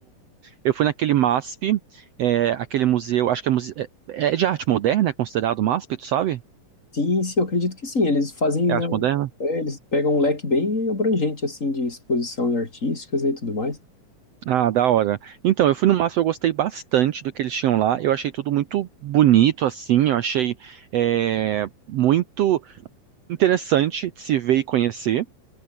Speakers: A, on the right (about 65°); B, on the left (about 25°).
A: eu fui naquele MASP, é, aquele museu, acho que é, muse... é é de arte moderna, é considerado MASP, tu sabe?
B: Sim, sim, eu acredito que sim, eles fazem,
A: É
B: né,
A: arte
B: um-
A: moderna?
B: é, eles pegam um leque bem abrangente, assim, de exposição artísticas né, e tudo mais.
A: Ah, da hora. Então, eu fui no Massa, eu gostei bastante do que eles tinham lá. Eu achei tudo muito bonito, assim. Eu achei é, muito interessante de se ver e conhecer.